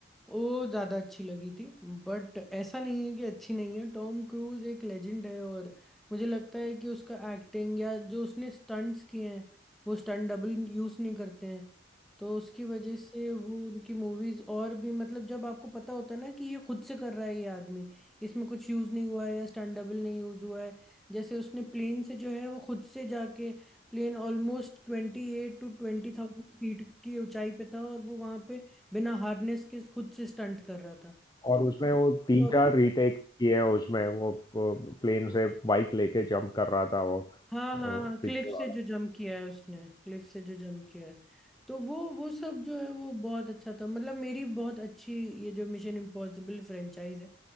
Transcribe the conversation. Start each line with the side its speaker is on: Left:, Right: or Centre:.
Centre: वो ज़्यादा अच्छी लगी थी बट ऐसा नहीं है कि अच्छी नहीं है टॉम क्रूज एक लेजेंड है और मुझे लगता है कि उसका एक्टिंग या जो उसने स्टंट्स किए हैं वो स्टंट डबल यूज़ नहीं करते हैं तो उसकी वजह से वो उनकी मूवीज़ और भी मतलब जब आपको पता होता है ना कि ये खुद से कर रहा है ये आदमी इसमें कुछ यूज़ नहीं हुआ है या स्टंट डबल नहीं यूज़ हुआ है जैसे उसने प्लेन से जो है वो खुद से जाके प्लेन ऑलमोस्ट ट्वेंटी एट टू ट्वेंटी थाउजेंड फीट की ऊंचाई पे था और वो वहां पे बिना हार्नेस के खुद से स्टंट कर रहा था
Left: और
Centre: तो
Left: उसने
Centre: उसे
Left: वो तीन
Centre: बहुत
Left: चार रीटेक किए हैं उसमें वो, वो प्लेन से बाइक लेके जंप कर रहा था वो,
Centre: हाँ
Left: वो
Centre: हाँ हाँ
Left: पिछले
Centre: क्लिफ
Left: वाला
Centre: से जो जंप किया है उसने क्लिफ से जो जंप किया है तो वो वो सब जो है वो बहुत अच्छा था मतलब मेरी बहुत अच्छी ये जो मिशन इम्पॉसिबल फ्रेंचाइज है